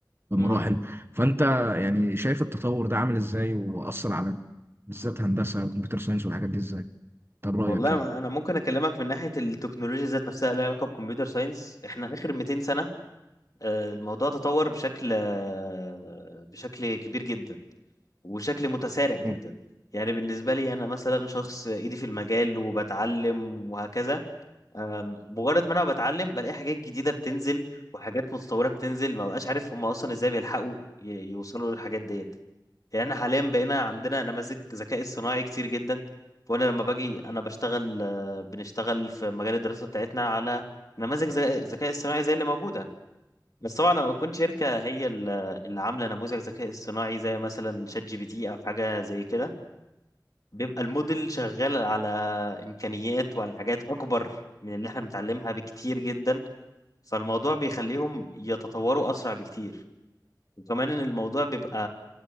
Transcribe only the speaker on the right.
بمراحل
فانت يعني شايف التطور ده عامل ازاي واثر على بالذات هندسة وكمبيوتر ساينس والحاجات دي ازاي طب رأيك
كده
مم.